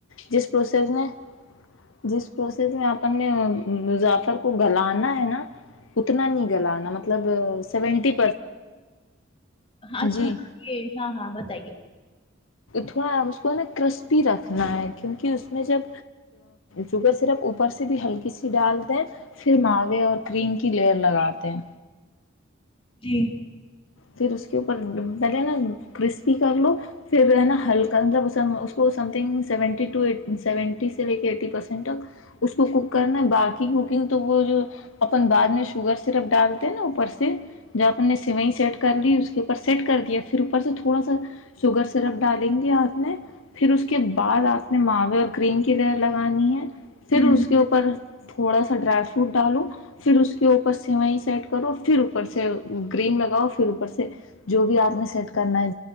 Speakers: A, on the left; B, on the left.
A: جس پروسیس نے جس پروسیس میں آپ اپنے مظافر کو گلانا ہے نا اتنا نہیں گلانا مطلب مطلب سیونٹی
B: اچھا
A: جی
B: ہاں یہ ہاں ہاں بتائیے <inaudible>
A: تھوڑا اس کو ہے نا کرسپی رکھنا ہے کیونکہ اس میں جب شوگر سرپ اوپر سے بھی ہلکی سی ڈالتے ہیں پھر ماوے اور کریم کی لیئر لگاتے ہے
B: جی
A: پھر اس کے اپر پہلے نا کرسپی کر لو پھر نا ہلکا مطلب اس سم س سیون سے لے کے ایینٹ تک اس کو کوک کرنا باقی کوکنگ تو وہ جو اپن بعد میں شوگر سرپ ڈالتے ہیں نا اوپر سے ج اپ نے سی سیٹ کر لی اس کے اوپر سیٹ کر دیا پھر اوپر سے تھوڑا سا شوگر سرپ ڈالیں گے آپ نے پھر اس کے بعد آپ نے ماوے اور کریم کی لر لگانی ہے پھر
B: ہوں
A: اس کے اوپر تھوڑا سا ڈرائی فروٹ ڈالو پھر اس کے اوپر سیوئیں سیٹ کرو پھر اوپر سے گریم لگاؤ پھر اوپر سے جو بھی آپ نے سیٹ کرنا ہے